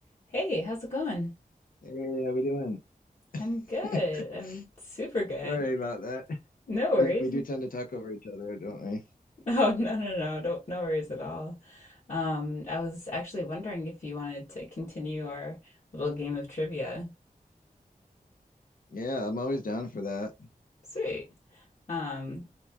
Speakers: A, on the left; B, on the left.
A: Hey, how's it going?
B: Hey, how we doing?
A: I'm
B: <laughs>
A: good. I'm super good.
B: Sorry about that.
A: No worries.
B: We we do
A: <laughs>
B: tend to talk over each other, don't we?
A: No, no, no, no, don't, no worries at all. Um, I was actually wondering if you wanted to continue our little game of trivia.
B: Yeah, I'm always down for that.
A: Sweet. Um,